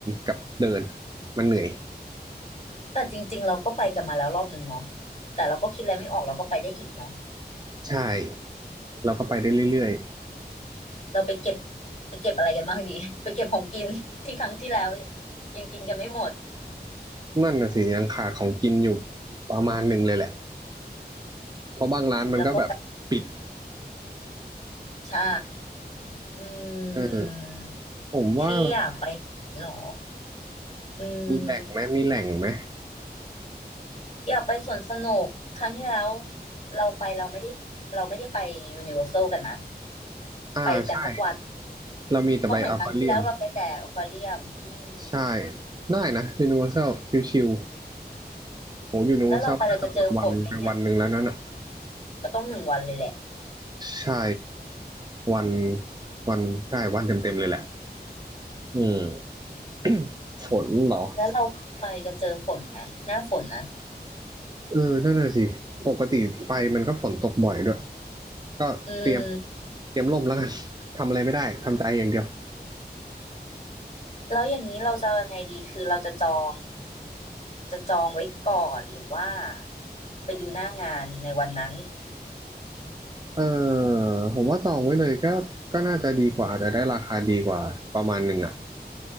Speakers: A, on the right (about 25°); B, on the left (about 40°).
A: กับเดิน มันเหนื่อย
B: แต่จริงๆเราก็ไปกันมาแล้วรอบนึงเนาะแต่เราก็คิดอะไรไม่ออกเราก็ไปได้อีกเนาะ
A: ใช่ เราก็ไปได้เรื่อย
B: เราไปเก็บไปเก็บอะไรกันบ้างดี <laughs> ไปเก็บของกินที่ครั้งที่แล้วยังกินกันไม่หมด
A: ๆนั่นน่ะสิยังขาดของกินอยู่ประมาณหนึ่งเลยแหละ
B: อืม
A: เพราะบางร้านมันก็แบบปิด
B: แล้วก็ไปใช่อื
A: เออ
B: ม
A: ผมว่า
B: ที่อยากไปหรออืม
A: มีแหล่งไหมมีแหล่งไหม
B: อยากไปสวนสนุกครั้งที่แล้วเราไปเราไม่ได้เราไม่ได้ไปยูนิเวอร์แซลกันนะ
A: อ่าใช่
B: ไปกันสักวัน
A: เรามีแต่ไปอควาเรียม
B: เพราะเหมือนครั้งที่แล้วเราไปแต่อควาเรียมอืม
A: ใช่ได้นะยูนิเวอร์ซชิวๆโหยูนิเวอร์ซลก็น่าจะหมดวันไปวันหนึ่งแล้วนั่นอ่ะ
B: แล้วเราไปเราจะเจอฝนไหมเนี่ยก็ต้องหนึ่งวันเลยแหละ
A: ใช่วันวันใช่วันเต็มๆเลยแหละอืม <coughs> ฝนเหรอ
B: แล้วเราไปจะเจอฝนไหมหน้าฝนนะ
A: เออนั่นน่ะสิปกติไปมันก็ฝนตกบ่อยด้วย ก็เตรียม
B: อืม
A: เตรียมล่มแล้วกัน <laughs> ทำอะไรไม่ได้ทำใจอย่างเดียว
B: แล้วอย่างนี้เราจะยังไงดีคือเราจะจองจะจองไว้ก่อนหรือว่าไปดูหน้างานในวันนั้น
A: เออผมว่าจองไว้เลยก็ก็น่าจะดีกว่าอาจจะได้ราคาดีกว่าประมาณหนึ่งอ่ะ